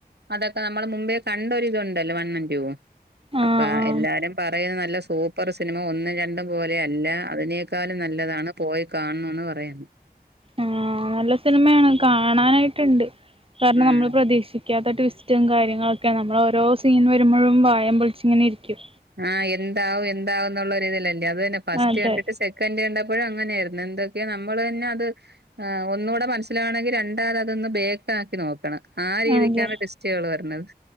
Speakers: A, on the right (about 85°); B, on the right (about 35°).
A: അതൊക്കെ നമ്മൾ മുമ്പേ കണ്ട ഒരിതു ഉണ്ടല്ലോ വണ്ണാൻ ടൂ ഉം
B: ആഹ്
A: അപ്പൊ
B: ആഹ്
A: എല്ലാരും പറയുന്ന നല്ല സൂപ്പർ സിനിമ ഒന്നും രണ്ടും പോലെയല്ല അതിനെ ക്കാലും നല്ലതാണ് പോയി കാണൊ ണോന്ന് പറയാന്നു
B: ആഹ് നല്ല സിനിമയാണ് കാണാനായിട്ടുണ്ട് കാരണം
A: ആഹ്
B: നമ്മൾ പ്രതീശ് ക്കാത്ത ട്വിസ്റ്റും കാര്യങ്ങളൊക്കെ നമ്മൾ ഓരോ സീൻ വരുമ്പോഴും വായേം പൊളിച്ചിങ്ങനെ ഇരിക്കും
A: ആഹ എന്താവും എന്താവന്നുള്ളരി തില്ലേ അതന്നെ ഫസ്റ്റ്
B: അതെ
A: കണ്ടിട്ട് സെക്കൻ്റ് കണ്ടപ്പഴും അങ്ങനേര്ന്നു. പിന്നെന്തൊക്കെയാ നമ്മൾ തന്നെ അത് ഒന്നൂടെ മനസ്സിലാവണമങ്കി രണ്ടാത് അതൊന്ന് ബേക്കിക്കി നോക്കണം. ആ രീതിക്കാണ്
B: അതെ
A: ടെസ്റ്റുകൾ വരണത്